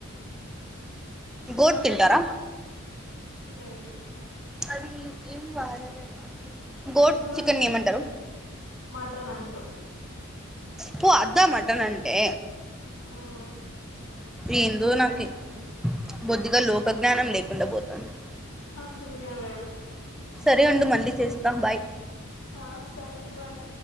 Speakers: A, in the centre; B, on the left (about 65°).
A: గోట్ తింటారా?
B: లేదు.
A: అది ఎం ఏం వాడ లేదా మరి? గోడ్
B: మట్
A: చికెన్ని ఏమంటారు?
B: మటన్ అంటారు
A: పో అద్దా మటన్ అంటే
B: ఉమ్
A: ఏందో నాకి బొద్దిగా లోక జ్ఞానం లేకుండా పోతాంది.
B: అస్తులుగా లేవు
A: సరే అండు మండీ చేస్తా బాయ్.
B: ఆ సరే బాయ్.